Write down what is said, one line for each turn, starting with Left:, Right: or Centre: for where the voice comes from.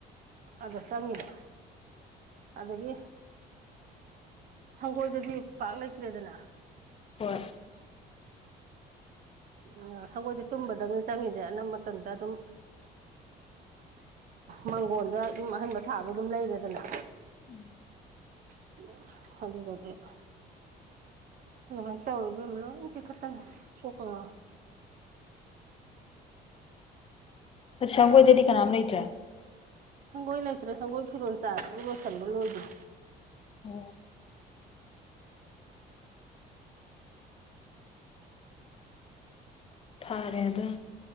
Right: ꯑꯗ ꯆꯪꯉꯤꯕ ꯑꯗꯒꯤ ꯁꯪꯒꯣꯏꯗꯗꯤ ꯄꯥꯛ ꯂꯩꯇ꯭ꯔꯦꯗꯅ
Left: ꯍꯣꯏ
Right: ꯑꯥ ꯁꯪꯒꯣꯏꯗꯤ ꯇꯨꯝꯕꯗꯪꯅꯤ ꯆꯪꯉꯁꯦ ꯑꯅꯝꯕ ꯃꯇꯝꯗ ꯑꯗꯨꯝ ꯃꯥꯡꯒꯣꯟꯗ ꯌꯨꯝ ꯑꯍꯟꯕ ꯁꯥꯗꯣ ꯑꯗꯨꯝ ꯂꯩꯔꯦꯗꯅ
Left: ꯎꯝ
Right: ꯑꯣ <unintelligible> ꯑꯗꯨꯒꯗꯤ ꯑꯗꯨꯃꯥꯏꯅ ꯇꯧꯋ‌ꯦ ꯏꯕ‌ꯦꯝꯃ ꯂꫭꯏꯅꯥ ꯆꯤꯛꯊꯠꯇꯅ ꯀꯣꯛꯀꯣ ꯉꯥꯎꯋꯤ
Left: <inaudible> ꯑ ꯁꯪꯒꯣꯏꯗꯗꯤ ꯀꯅꯥꯝ ꯂꯩꯇ꯭ꯔꯦ
Right: ꯁꯪꯒꯣꯏ ꯂꯩꯇ꯭ꯔꯦ ꯁꯪꯒꯣꯏ ꯐꯤꯔꯣꯜ ꯆꯥꯗ <unintelligible> ꯂꯣꯏꯁꯟꯕ ꯂꯣꯏꯗ꯭ꯔꯦ
Left: ꯎꯝ ꯐꯔꯦ ꯑꯗꯨ